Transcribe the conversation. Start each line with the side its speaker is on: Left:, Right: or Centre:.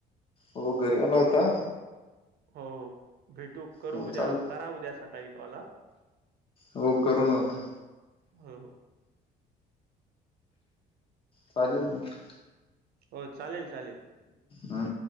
Left: हो घरी आला होता.
Right: हो भेटू करू
Left: हो
Right: उद्या
Left: चालेल
Right: करा उद्या सकाळी कॉल हा.
Left: हो करून आता
Right: हो हो
Left: चालेल मग.
Right: हो चालेल चालेल,
Left: ह